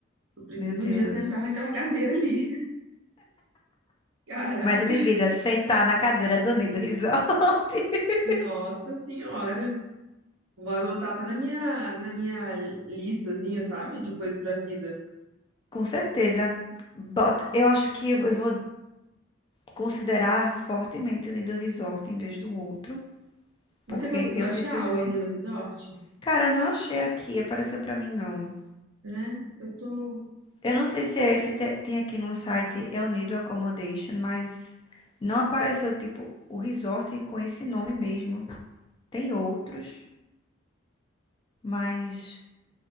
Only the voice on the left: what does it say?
meu Deus.
Meta de vida, sentar na cadeira do Nido Resort. <laughs>
Com certeza. Bota, eu acho que eu eu vou. considerar fortemente o Nido Resort em vez do outro,
porque
eu
simplesmente.
Cara, não achei aqui, apareceu pra mim não.
Eu não sei se é esse, te- tem aqui no site, é o Nido Accommodation, mas não apareceu, tipo, o resort com esse nome mesmo. Tem outros, mas